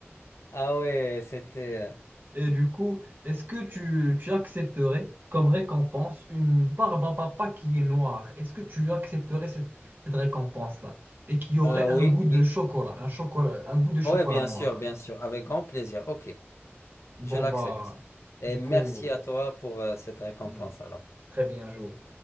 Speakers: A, on the left (about 75°); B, on the right (about 45°).
A: Ah ouais, c'était... euh,
B: Et du coup, est-ce que tu, tu accepterais comme récompense une barbe à papa qui est noire? Est-ce que tu accepterais cette, cette récompense-là? Et qui aurait
A: oui,
B: un goût
A: oui.
B: de chocolat, un chocolat, un goût de chocolat
A: Oui, Ouais, bien
B: noir.
A: sûr, bien sûr. Avec grand plaisir. Ok,
B: Bon,
A: je l'accepte.
B: bah,
A: Et
B: du
A: merci
B: coup,
A: à toi pour euh, cette récompense
B: hmm,
A: alors.
B: très bien joué.